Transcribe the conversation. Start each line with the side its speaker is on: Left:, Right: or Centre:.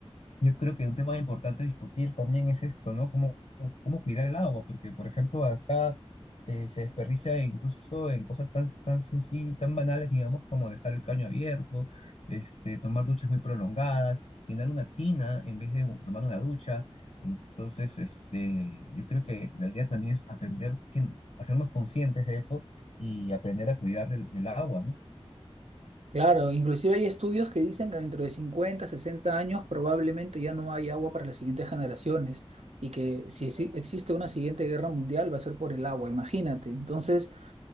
Left: yo creo que un tema importante a discutir también es esto, ¿no? Cómo, cómo cuidar el agua, porque, por ejemplo, acá eh, se desperdicia incluso en cosas tan, tan sencillas, tan banales, digamos, como dejar el caño abierto, este, tomar duchas muy prolongadas, llenar una tina en vez de u- tomar una ducha. Entonces, este, yo creo que la idea también es aprender, que, hacernos conscientes de eso y aprender a cuidar del, del agua, ¿no?
Right: Claro, inclusive hay estudios que dicen que dentro de 50 60 años probablemente ya no hay agua para las siguientes generaciones y que si si existe una siguiente guerra mundial va a ser por el agua, imagínate. Entonces...